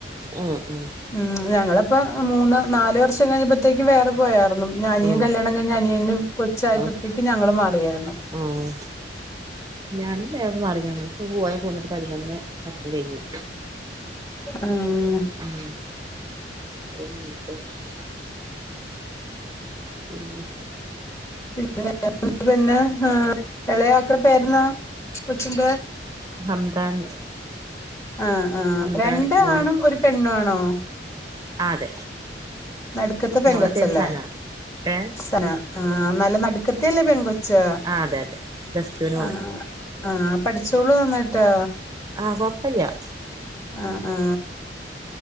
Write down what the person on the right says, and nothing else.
ആഹ് ഉം
ആഹ്
ആഹ്
ആഹ് ഞാനും വേഗം മാറി. ഞങ്ങൾ ഇപ്പോ പോവാതെ പോന്ന്ട്ട് പതിനൊന്നെ പത്ത് കഴിഞ്ഞു.
ഉം <inaudible> പിന്നെ?
ഹംദാൻ
ഹംദാൻ
മോന്
അതെ
മോളെ പേര് സന ഏഹ്
ആഹ് അതെ അതെ പ്ലസ് ടുവിന് പോണ്
ആഹ് കൊഴപ്പല്ല ആഹ്